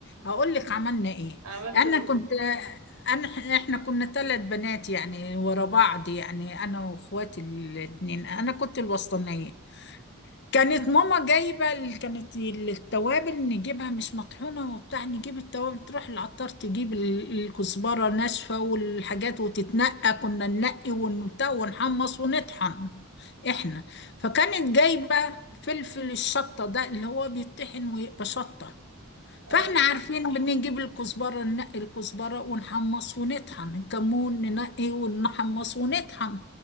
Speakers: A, on the left; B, on the right.
A: هقول لك عملنا ايه
B: عملته
A: انا
B: ايه
A: كنت انا احنا كنا ثلاث بنات يعني ورا بعض يعني انا واخواتي الاثنين انا كنت الوسطانية كانت ماما جايبة ال- كانت ال- التوابل نجيبها مش مطحونة وبتاع نجيب التوابل تروح العطار تجيب ال- الكزبرة ناشفة والحاجات وتتنقى كنا ننقي ونبتاع ونحمص ونطحن احنا فكانت جايبة فلفل الشطة ده اللي هو بيطحن ويبقى شطة
B: اه
A: فاحنا عارفين بنجيب الكزبرة ننقي الكزبرة ونحمص ونطحن الكمون ننقي ونحمص ونطحن